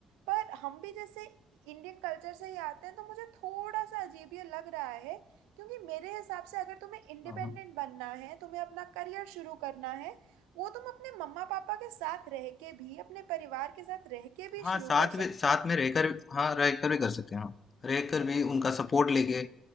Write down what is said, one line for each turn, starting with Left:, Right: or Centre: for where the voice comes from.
Right: पर हम भी जैसे इंडियन कल्चर से ही आते हैं तो मुझे थोड़ा सा अजीब ये लग रहा है क्योंकि मेरे हिसाब से अगर तुम्हें इंडिपेंडेंट
Left: हाँ हाँ
Right: बनना है तुम्हें अपना करियर शुरू करना है वो तुम अपने मम्मा पापा के साथ रह के भी अपने परिवार के साथ रह के भी
Left: हाँ,
Right: शुरू
Left: साथ
Right: कर
Left: में
Right: सकते
Left: साथ
Right: हो
Left: में रहकर हाँ रहकर भी कर सकते हैं हाँ रहकर भी उनका सपोर्ट लेके